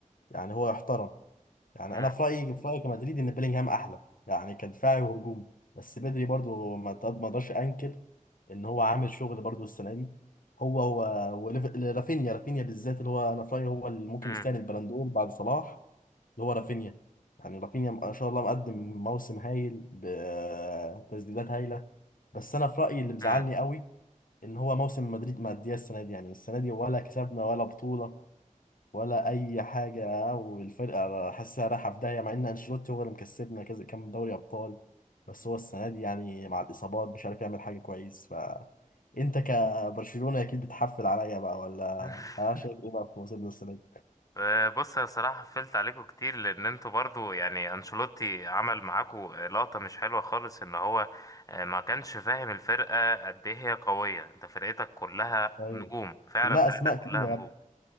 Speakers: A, on the left; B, on the left.
A: يعني هو يحترم يعني
B: مم.
A: انا في رايي في رايي كمدريد ان بيلينغهام احلى يعني كدفاعي وهجومي بس بدري برضو ما تقد- ما اقدرش انكر ان هو عامل شغل برضو السنه دي هو هو وليف- رافينيا رافينيا بالذات اللي هو انا في رايي هو اللي ممكن
B: مم.
A: يستاهل البلندور بعد صلاح اللي هو رافينيا يعني رافينيا ما شاء الله مقدم موسم هايل بتسديدات هايله بس انا في رايي اللي مزعلني
B: مم.
A: قوي ان هو موسم مدريد مأدياه السنه دي يعني السنه دي ولا كسبنا ولا بطوله ولا اي حاجه والفرقه حاسسها رايحه في داهيه مع ان انشيلوتي هو اللي مكسبنا كذا كام دوري ابطال بس هو السنه دي يعني مع الاصابات مش عارف يعمل حاجه كويس ف انت كبرشلونه اكيد بتحفل عليا بقى ولا
B: <laughs>
A: ها شايف ايه بقى في موسمنا السنه دي
B: آه، بص أنا الصراحة قفلت عليكم كتير لأن أنتوا برضو يعني أنشيلوتي عمل معاكم لقطة مش حلوة خالص إن هو آه، ما كانش فاهم الفرقة قد إيه هي قوية أنت فرقتك كلها
A: ايوه
B: نجوم فعلا
A: كلها
B: فرقتك
A: اسماء تقيله
B: كلها نجوم
A: يا ابني